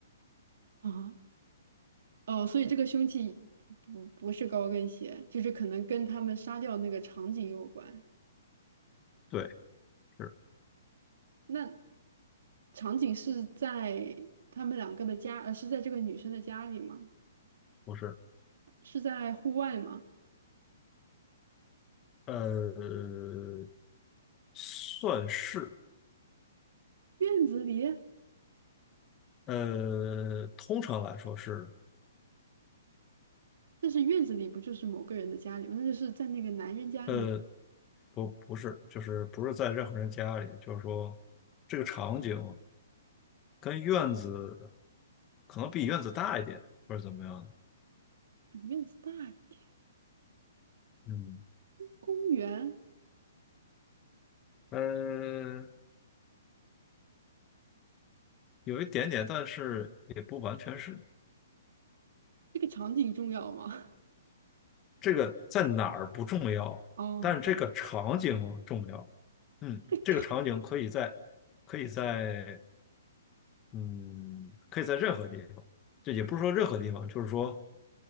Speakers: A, on the right; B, on the left.
A: 啊，哦，所以这个凶器不不是高跟鞋，就是可能跟他们杀掉那个场景有关。
B: 对，是
A: 那场景是在他们两个的家，呃，是在这个女生的家里吗？
B: 不是？
A: 是在户外吗？
B: 呃，算是，
A: 院子里？
B: 呃，通常来说是，
A: 但是院子里不就是某个人的家里吗？那就是在那个男人家里，
B: 呃，不，不是，就是不是在任何人家里，就是说这个场景。跟院子可能比院子大一点，或者怎么样？
A: 比院子大一点。
B: 嗯
A: 公园。
B: 嗯，呃有一点点，但是也不完全是。
A: 这个场景重要吗？
B: 这个在哪儿不重要，
A: 哦，
B: 但是这个场景重要。嗯，
A: 这个场，
B: 这个场景可以在，可以在，嗯，可以在任何地方。这也不是说任何地方，就是说